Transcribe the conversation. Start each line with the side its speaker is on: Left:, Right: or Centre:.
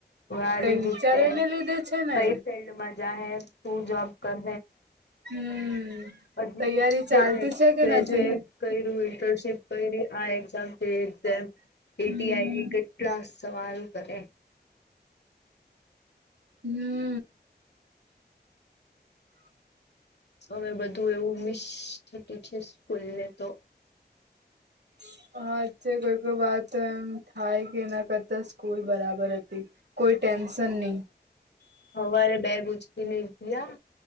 Left: આ
Right: કઈ
Left: લીધું
Right: વિચારેને
Left: છે
Right: લીધે છે ને
Left: કઈ ફિલ્ડમાં જાહે શું જોબ કર
Right: હમ
Left: હજી
Right: તૈયારી ચાલતી છે કે
Left: ગ્રેજ્યુએટ
Right: નથી
Left: કર્યું ઇન્ટર્નશીપ કરી આ એક્ઝામ જે એક્ઝામ કેટી
Right: હમ
Left: આયવી કેટ્લા સવાલ કરે
Right: હમ
Left: હવે બધું એવું મિસ થતુ છે સ્કૂલ ને તો.
Right: <inaudible> કોઈ કોઈ વાત એમ થાય કે એના કરતા સ્કૂલ બરાબર હતી. કોઈ ટેન્શનની.
Left: હવારે બેગ ઉચકીને <unintelligible>